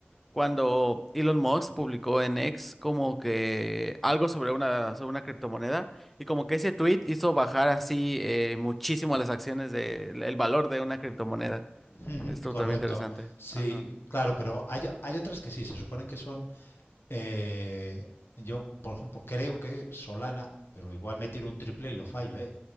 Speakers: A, in the centre; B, on the left.
A: cuando Elon Musk publicó en X como que algo sobre una, sobre una criptomoneda y como que ese tweet hizo bajar así eh, muchísimo las acciones del el valor de una criptomoneda.
B: Ujú,
A: Esto
B: Correcto,
A: también interesante.
B: sí,
A: Ajá.
B: claro, pero hay, hay otras que sí, se suponen que son, eh, yo por ejemplo creo que Solana, pero igual me tiro un triple y lo fallo, ¿eh?